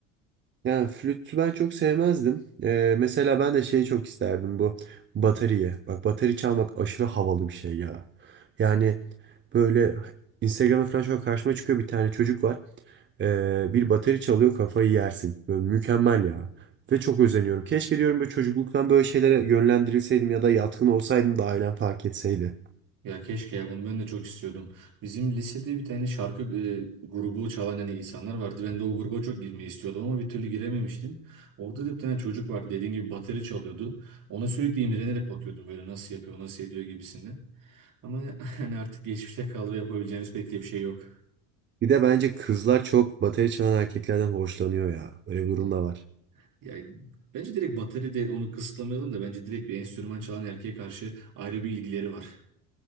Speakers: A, on the right; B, on the right.
A: Yani flütü ben çok sevmezdim. Ee, mesela ben de şeyi çok isterdim bu bateriye. Bak bateri çalmak aşırı havalı bir şey ya. Yani böyle Instagram'da falan şu an karşıma çıkıyor bir tane çocuk var. Ee, bir bateri çalıyor kafayı yersin. Böyle mükemmel ya. Ve çok özeniyorum. Keşke diyorum böyle çocukluktan böyle şeylere yönlendirilseydim ya da yatkın olsaydım da ailem fark etseydi.
B: Ya keşke ya bunu ben de çok istiyordum. Bizim lisede bir tane şarkı e, grubu çalan hani insanlar vardı. Ben de o gruba çok girmeyi istiyordum ama bir türlü girememiştim. Orada da bir tane çocuk vardı. Dediğim gibi bateri çalıyordu. Ona sürekli imrenerek bakıyordum böyle nasıl yapıyor, nasıl ediyor gibisinde. Ama <laughs> hani artık geçmişte kaldı ve yapabileceğimiz pek de bir şey yok.
A: Bir de bence kızlar çok bateri çalan erkeklerden hoşlanıyor ya. Öyle bir durum
B: Evet.
A: da var.
B: Yani bence direkt bateri de onu kısıtlamayalım da bence direkt bir enstrüman çalan erkeğe karşı ayrı bir ilgileri var.